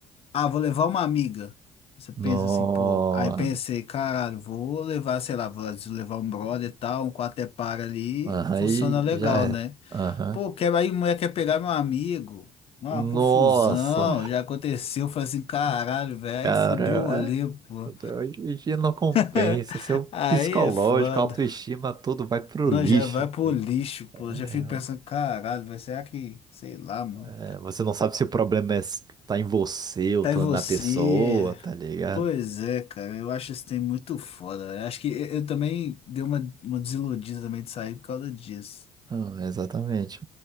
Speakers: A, on the left; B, on the right.
A: Ah, vou levar uma amiga. Você pensa
B: No...
A: assim, pô. Aí pensei, caralho, vou levar, sei lá, vou levar um brother e tal, um quarto é para ali.
B: Aham,
A: Funciona
B: aí
A: legal,
B: já era.
A: né?
B: Aham.
A: Pô, quer, aí mulher quer pegar meu amigo. Uma
B: Nossa,
A: confusão, já aconteceu, foi assim, caralho, velho. Aí
B: cara,
A: fudeu o rolê,
B: é.
A: pô.
B: Hoje em dia não compensa.
A: <laughs>
B: Seu
A: Aí
B: psicológico,
A: é foda.
B: autoestima, tudo vai pro
A: Nós
B: lixo.
A: já vai pro lixo, pô.
B: É,
A: Já fico pensando, caralho, velho, será que, sei lá, mano.
B: é, você não sabe se o problema é s- tá em você ou
A: Tá
B: tá
A: em você.
B: na pessoa, tá ligado?
A: Pois é, cara, eu acho esse tem muito foda. velho. Acho que eu, eu também dei uma, uma desiludida também de sair por causa disso.
B: Não, exatamente.